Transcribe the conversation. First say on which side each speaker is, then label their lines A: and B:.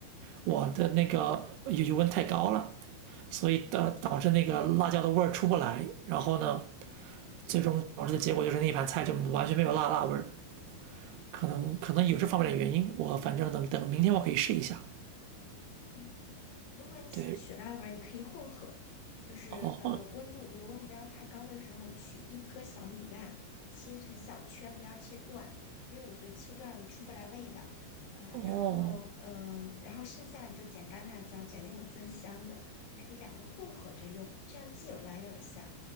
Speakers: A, on the right; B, on the left.
A: 我的那个油油温太高了，所以导导致那个辣椒的味儿出不来，然后呢，最终导致的结果就是那一盘菜就完全没有辣辣味儿。可能可能有这方面的原因，我反正等等明天我可以试一下。
B: 嗯，如果你想取辣味儿，
A: 对，
B: 你可以混合，就是呃温度油温不要太高的时候，
A: 哦
B: 取一颗小米辣，切成小圈，不要切断，因为我觉得切断出不来味道。呃，
A: 哦
B: 然后嗯、呃，然后剩下你就剪干辣椒，剪那种增香的，你可以两个混合着用，这样既有辣又有香，